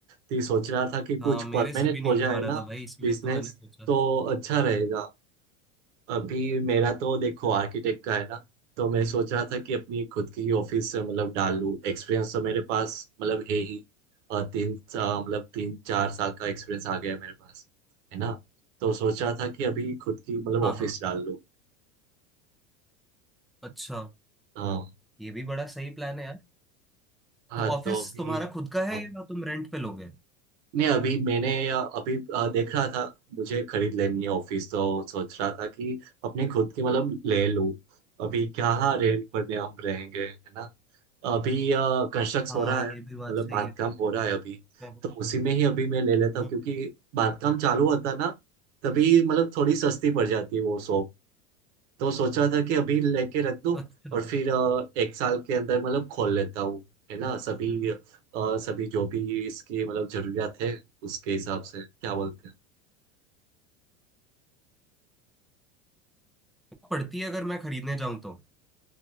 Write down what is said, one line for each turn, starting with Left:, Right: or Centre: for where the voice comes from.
Right: तो ये सोच रहा था कि कुछ
Centre: हाँ मेरे
Right: परमानेंट
Centre: से भी नहीं
Right: हो जाए
Centre: हो पा रहा
Right: ना
Centre: था भाई इसलिए
Right: बिजनेस
Centre: तो मैंने सोचा
Right: तो अच्छा रहेगा अभी मेरा तो देखो आर्किटेक्ट का है ना तो मैं सोच रहा था कि अपनी खुद की ही ऑफिस मतलब डाल लूँ एक्सपीरियंस तो मेरे पास मतलब है ही अ, तीन सा- मतलब तीन चार साल का एक्सपीरियंस आ गया है मेरे पास है ना तो सोच रहा था कि अभी खुद की मतलब
Centre: हाँ
Right: ऑफिस
Centre: हाँ
Right: डाल लूँ
Centre: अच्छा
Right: हाँ
Centre: ये भी बड़ा सही प्लान है यार
Right: हाँ
Centre: तो ऑफिस
Right: तो अभी
Centre: तुम्हारा खुद का है
Right: हाँ।
Centre: या तुम रेंट पे लोगे
Right: नहीं अभी मैंने अ, अभी अ, देख रहा था मुझे खरीद लेनी है ऑफिस तो सोच रहा था कि अपने खुद की मतलब ले लूं अभी क्या रेंट पर में हम रहेंगे है ना अभी कंस्ट्रक्ट
Centre: हाँ
Right: हो रहा
Centre: ये
Right: है मतलब
Centre: भी बात सही
Right: बांधकाम
Centre: है
Right: हो रहा है अभी
Centre: हाँ,
Right: तो उसी में ही अभी मैं ले लेता हूँ
Centre: हाँ।
Right: क्योंकि बांधकाम चालू होता ना तभी मतलब थोड़ी सस्ती पड़ जाती है वो शॉप तो सोच रहा था कि अभी लेके रख दूं
Centre: अच्छा
Right: और फिर अ, एक साल के अंदर मतलब खोल लेता हूँ है ना सभी और सभी जो भी इसकी मतलब जरूरियात है उसके हिसाब से क्या बोलते हैं
Centre: तो पड़ती है अगर मैं खरीदने जाऊं तो